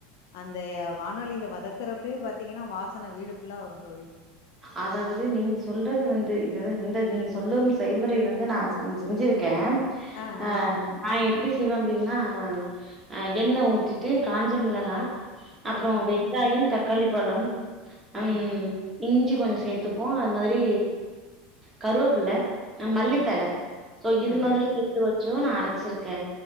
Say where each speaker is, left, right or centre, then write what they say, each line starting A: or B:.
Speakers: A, on the left (about 70°); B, on the right (about 15°).
A: அந்த வானொலில வதக்குறப்பயே பாத்தீங்கன்னா வாசன வீடு ஃபுல்லா வரு தோழி
B: அதாவது நீங்க சொல்றது வந்து இத இந்த நீங்க சொல்லும் செய்முறை வந்து நா ம் செஞ்சிருக்க
A: ஆ
B: அ
A: ஆ
B: நா எப்டி செய்வ அப்டின்னா அ எண்ணெ ஊத்திட்டு காஞ்ச மிளகா அப்றோ
A: ஆ
B: வெங்காயம் தக்காளி பழம்
A: ம்
B: அம் இஞ்சி கொஞ்சோ சேத்துப்போ அது மாதிரி
A: ம்
B: கருவேப்பிள்ள மல்லித்தல
A: ம்
B: ஸோ
A: ம்
B: இது மாதிரி
A: ம்
B: சேத்து வச்சும் நா அரச்சிருக்க